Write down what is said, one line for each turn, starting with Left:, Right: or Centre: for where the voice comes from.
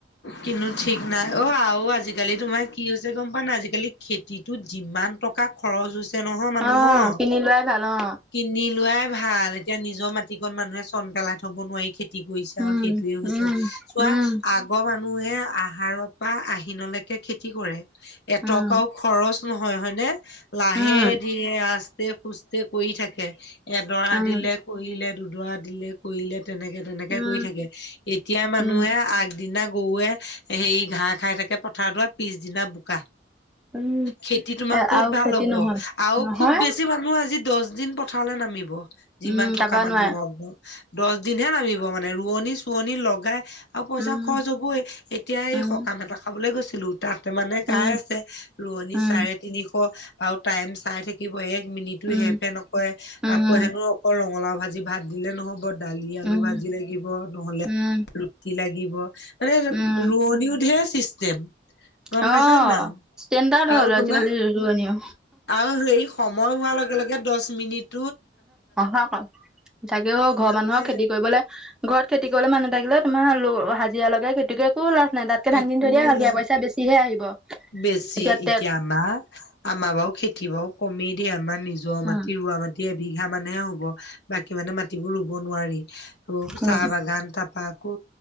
Left: কিন্তু, ঠিক নাই। অহ, আৰু আজিকালি তোমাৰ কি হৈছে গম পোৱানে নাই, আজিকালি খেতিত তোৰ যিমান টকা খৰচ হৈছে নহয় মানুহৰ
Centre: অ কিনি লোৱাই ভাল অ
Left: কিনি লোৱাই ভাল, এতিয়া নিজৰ মাটিকন মানুহে চন পেলাই থ'ব নোৱাৰি খেতি কৰিছে
Centre: উম
Left: আৰু। সেইটোয়ে হৈছে
Centre: উম
Left: চোৱা
Centre: উম
Left: আগৰ মানুহে, আহাৰৰ পৰা আহিনলৈকে খেতি কৰে, এটকাও
Centre: উম
Left: খৰচ নহয় হয়নে? লাহে
Centre: উম
Left: ধীৰে আস্তে সুস্থে কৰি থাকে। এডৰা
Centre: উম
Left: দিলে কৰিলে, দুডৰা দিলে কৰিলে, তেনেকে তেনেকে
Centre: উম
Left: কৰি থাকে। এতিয়া মানুহে
Centre: উম
Left: আগ টিনা, গৰুৱে হেৰি ঘাঁহ খাই থাকে পথাৰ দৰাত, পিছদিনা বোকা।
Centre: উম
Left: খেতি তোমাৰ
Centre: এ
Left: কত
Centre: আৰু
Left: ভাল
Centre: খেতি
Left: হ'ব
Centre: নহয়
Left: আৰু
Centre: নহয়
Left: খুব বেছি মানুহ আজি দছ দিন পথাৰলে নামিব, যিমান
Centre: উম
Left: থকা
Centre: তাৰপা
Left: মানুহক
Centre: নোৱাৰে
Left: দছ দিনহে নামিব মানে ৰোৱনী চুৱনি লগাই অঁ পইচা
Centre: উম
Left: খৰচ হবই এতিয়া
Centre: উম
Left: এই সকাম এটা খাবলৈ গৈছিলো তাতে মানে গাই
Centre: উম
Left: আছে। কণী
Centre: উম
Left: চাৰে তিনিশ আৰু টাইম চাই থাকিব। এক মিনিটো
Centre: উম,
Left: হেৰ-ফেৰ নকৰে,
Centre: উম,
Left: আকৌ হেনো অকল ৰঙালাও ভাজি ভাত দিলে নহ'ব। দালি, আলু,
Centre: উম,
Left: ভাজি লাগিব নহলে
Centre: উম,
Left: ৰুটি লাগিব। মানে
Centre: উম,
Left: ৰোৱনও ধেৰ চিষ্টেম, গম
Centre: অ',
Left: পাইছা নে নাই।
Centre: ষ্টেণ্ডাৰ্ড
Left: আৰু
Centre: হ'ল
Left: তোমাৰ
Centre: আজিকালি ৰোৱনীও।
Left: আৰু হেৰি সময় হোৱাৰ লগে লগে দশ মিনিট
Centre: অহা পা তাকেও ঘৰৰ
Left: মানে
Centre: মানুহৰ খেতি কৰিবলে ঘৰত খেতি কৰিলে মানুহ থাকিলে তোমাৰ ল হাজিৰা লগাই খেতি কৰি একো লাজ নাই তাত! তাতকে ধান
Left: একো
Centre: দিন থৈ দিয়ে তেতিয়া
Left: লাভ
Centre: পইচা বেছিহে আহিব এতিয়া
Left: বেছি
Centre: তাতে
Left: এতিয়া আমাৰ আমাৰ বাও খেতি বাও কমেই দেই, আমাৰ নিজৰ
Centre: উম,
Left: মাটি ৰোৱা মাটি টি এবিঘা মানেহে হ'ব, বাকী মানে মাটিবোৰ ৰুব নোঁৱাৰি। ত'
Centre: উম,
Left: চাহ বাগান তাপ আকো